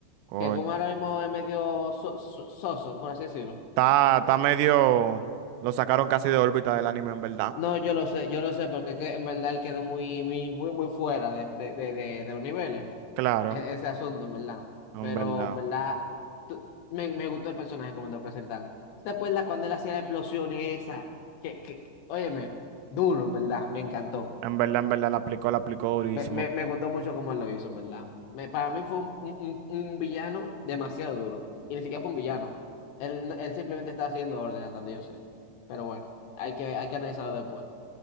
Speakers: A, on the right; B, on the left.
A: Coño.
B: Que Kuma ahora mismo es medio so- so- soso, por así decirlo.
A: Está, está medio. Lo sacaron casi de órbita del anime, en verdad.
B: No, yo lo sé, yo lo sé, porque que, en verdad él quedó muy, muy, muy, muy fuera de, de, de, de, de los niveles,
A: Claro,
B: e- ese asunto, en verdad.
A: en
B: Pero,
A: verdad.
B: en verdad, tú- me, me gustó el personaje como lo presentan. ¿Te acuerdas cuando él hacía las explosiones esa Que, que, óyeme, duro, en verdad, me encantó.
A: En verdad, en verdad, la aplicó, la aplicó durísimo,
B: Me, me, me gustó mucho cómo él lo hizo, en verdad. Me- para mí fue un, un, un- un villano demasiado duro. Y ni siquiera fue un villano. Él, él simplemente estaba haciendo orden, hasta donde yo sé. Pero bueno, hay que, hay que analizarlo después.